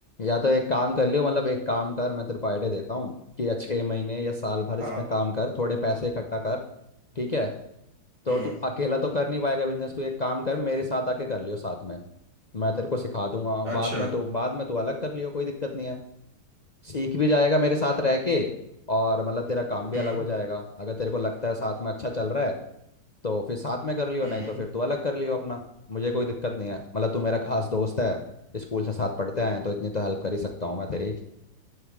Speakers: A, on the left (about 35°); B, on the right (about 80°).
A: या तो एक काम कर लियो मतलब एक काम कर मैं तेरे को आइडिया देता हूँ कि या छः महीने या साल भर इसमें
B: हाँ
A: काम कर थोड़े पैसे इकट्ठा कर ठीक है तो
B: हम्म
A: तू अकेला तो कर नहीं पाएगा बिजनेस तू एक काम कर मेरे साथ आके कर लियो साथ में मैं तेरे को सिखा दूंगा
B: अच्छा
A: बाद में तो बाद में तू अलग कर लियो कोई दिक्कत नहीं है सीख भी जाएगा मेरे साथ रह के और मतलब तेरा काम भी
B: हम्म
A: अलग हो जाएगा अगर तेरे को लगता है साथ में अच्छा चल रहा है तो फिर साथ में कर लियो
B: हम्म
A: नहीं तो फिर तू अलग कर लियो अपना मुझे कोई दिक्कत नहीं है मतलब तू मेरा खास दोस्त है स्कूल से साथ पढ़ते आए हैं तो इतनी तो हेल्प कर ही सकता हूँ मैं तेरी